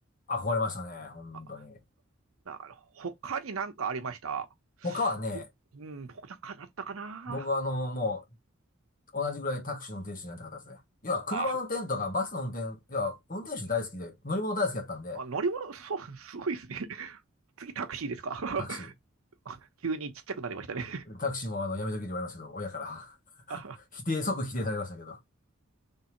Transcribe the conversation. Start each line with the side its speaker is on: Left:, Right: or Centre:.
Left: 憧れましたね。本当に。
Right: あ、なるほど。他に何かありました
Left: 他はね、
Right: ぼ、うん、僕なんかだったかな
Left: 僕はあの、もう、同じぐらいタクシーの運転手になりたかったですね。要は、車の運転とか、
Right: あ、
Left: バスの運転、要は、運転手大好きで、
Right: うん
Left: 乗り物大好きだったんで、
Right: あ、乗り物、そう、すごいですね。<laughs> 次タクシーですか
Left: タクシ
Right: <laughs> 急にちっちゃくなりましたね
Left: ー。タクシーもあの、やめときって言われましたけど、親から。
Right: <laughs> あ
Left: <laughs> 否定、即否定されましたけど。